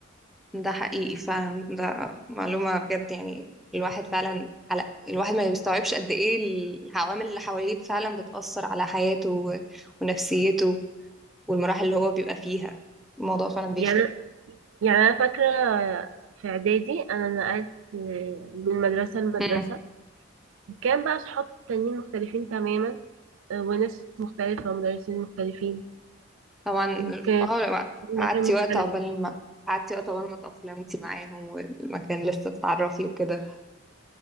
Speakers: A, in the centre; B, on the right (about 80°).
A: ده حقيقي فعلا ده معلومة بجد يعني الواحد فعلا على الواحد ما بيستوعبش قد ايه العوامل اللي حواليه فعلا بتأثر على حياته و- ونفسيته والمراحل اللي هو بيبقى فيها الموضوع فعلا
B: يعني
A: بيفرق
B: يعني انا فاكرة في اعدادي انا نقلت من مدرسة لمدرسة
A: مم.
B: كان بقى صحاب تانيين مختلفين تماما آه، وناس مختلفة ومدرسين مختلفين
A: طبعا
B: وكانت
A: اه
B: مكان
A: قعدتي
B: مختلف
A: وقت عقبال ما قعدتي وقت عقبال ما تأقلمتي معاهم والمكان لسه تتعرفي وكده